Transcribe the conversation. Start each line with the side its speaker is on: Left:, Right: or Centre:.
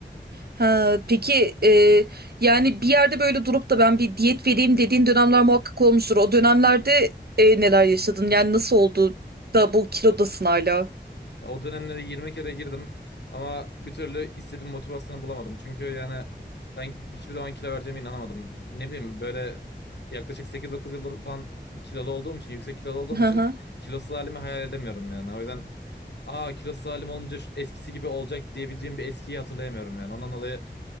Right: Ha, peki e, yani bir yerde böyle durup da ben bir diyet vereyim dediğin dönemler muhakkak olmuştur. O dönemlerde e, neler yaşadın? Yani nasıl oldu da bu kilodasın hala?
Left: Ya o dönemlere 20 kere girdim ama bir türlü istediğim motivasyonu bulamadım. Çünkü yani ben hiçbir zaman kilo vereceğime inanamadım. Ne bileyim böyle yaklaşık 8-9 yıldır falan kilolu olduğum için, yüksek kilolu olduğum
Right: Hı
Left: için
Right: hı.
Left: kilosuz halimi hayal edemiyorum yani. O yüzden aa kilosuz halim olunca şu- eskisi gibi olacak diyebileceğim bir eskiyi hatırlayamıyorum yani. Ondan dolayı